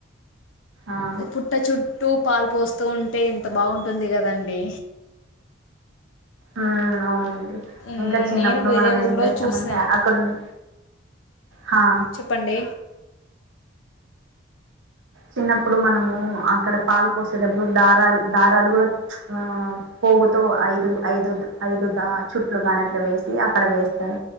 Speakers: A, on the right (about 85°); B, on the left (about 75°).
A: ఆ
B: పుట్ట చుట్టూ పాలు పోస్తూ ఉంటే ఎంత బాగుం ఉంటుంది కదండి
A: ఊ అవును
B: మ్మ్,
A: ఇంక చిన్నప్పుడు
B: నేను వేరే
A: మనం ఏం
B: ఊర్లో
A: చేస్తామంటే
B: చూశాను
A: అక్కడ ఉన్ హ
B: చెప్పండి
A: చిన్నప్పుడు మనము అక్కడ పాలు పోసేటప్పుడు దారాలు దారాలు కూడా ఊ పోగుతో ఐదు ఐదు ఐదు ద చుట్లు కాని అట్ల వేసి అక్కడ వేస్తారు